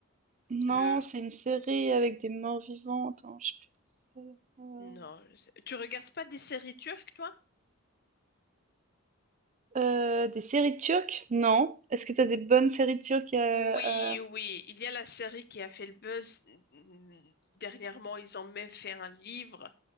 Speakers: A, on the right; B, on the left.
A: non,
B: Le,
A: c'est une série avec des morts-vivants. Attends, je sais plus comment ça
B: non,
A: s'appelle.
B: je sais- tu regardes pas des séries turques, toi?
A: Heu des séries turques? Non. Est-ce que t'as des bonnes séries turques, heu heu?
B: Oui, oui, il y a la série qui a fait le buzz. Mm, Dernièrement, ils ont même fait un livre